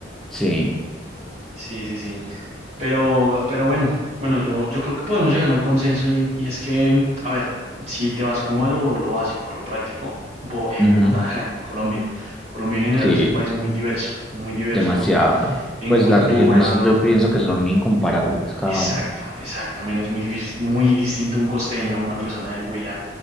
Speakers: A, in the centre; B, on the right (about 35°).
A: Sí,
B: Sí, sí, sí. Pero, pero bueno, bueno, yo, yo creo que podemos llegar a un consenso y, en- y es que, mm, a ver, si te vas como a lo, lo básico, a lo práctico, Bo- eh,
A: ujú,
B: Bogotá, <laughs> Colombia. Colombia en general
A: sí,
B: es un país muy diverso, muy diverso
A: demasiado.
B: en
A: Pues
B: cultura,
A: las regiones yo pienso que son incomparables cada
B: Exacto, exacto, men, es muy difícil, muy distinto un costeño a una persona del Huila,